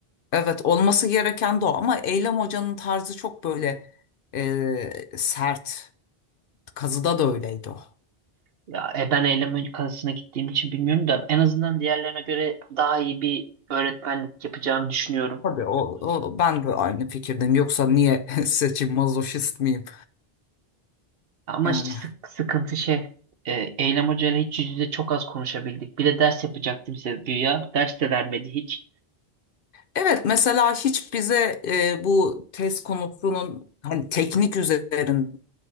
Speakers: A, on the left; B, on the right.
A: evet olması gereken de o ama Eylem Hoca'nın tarzı çok böyle e, sert. Kazıda da öyleydi o.
B: Ya e, ben eylem kazasına gittiğim için bilmiyorum da en azından diğerlerine göre daha iyi bir öğretmenlik yapacağımı düşünüyorum.
A: Tabii o, o- ben de aynı fikirdim. Yoksa niye <laughs> seçim mazoşist miyim?
B: Ama
A: Yani.
B: işte sık, sıkıntı şey. e, Eylem Hoca ile hiç yüz yüze çok az konuşabildik. Bir de ders yapacaktım bize güya. Ders de vermedi hiç.
A: Evet mesela hiç bize e, bu tez konusunun hani teknik üzerinde